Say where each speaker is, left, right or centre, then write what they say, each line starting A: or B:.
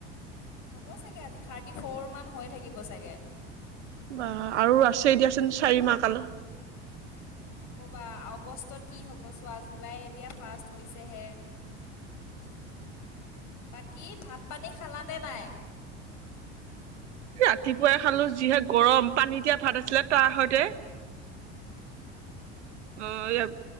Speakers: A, on the left; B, on the right.
A: হ'ব চাগে আজি থাৰ্টি ফ'ৰ মান হৈ থাকিব চাগে।
B: বা আৰু আছে দিয়াচোন চাৰি মাহ কালৰ।
A: উম, নক'বা আগষ্টত কি হ'ব চোৱা জুলাই এতিয়া ফাৰ্ষ্ট হৈছেহে। বাকী ভাত-পানী খালানে নাই?
B: ৰাতিপুৱাই খালো, যিহে গৰম পানী দিয়া ভাত আছিলে তাৰ সৈতে।
A: উম।
B: অ' ইয়াক